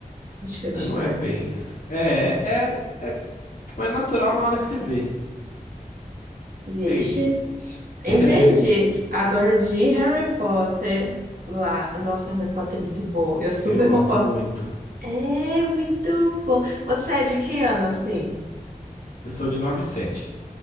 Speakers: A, on the right (about 75°); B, on the left (about 70°).
A: Acho que é estranho.
B: Mas não é bem isso. É, é, é, tipo, é natural na hora que você vê,
A: Vixe.
B: entende? <laughs>
A: Entendi. Agora de Harry Potter lá. Nossa, Harry Potter é muito bom. Eu super
B: É, eu gosto
A: concordo.
B: muito.
A: É muito bom. Você é de que ano, assim?
B: Eu sou de nove sete